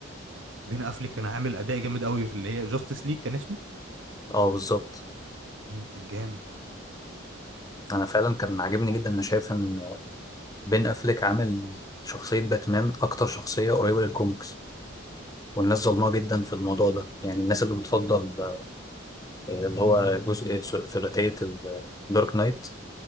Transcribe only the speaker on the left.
اه بالظبط
انا فعلا كان عاجبني جدا انا شايف ان بين افليك عامل شخصيه باتمان اكتر شخصيه قريبه للكوميكس والناس ظلمها
جدا في الموضوع ده يعني الناس اللي بتفضل آه، اللي هو جزء ثل- ثلاثيه الدارك نايت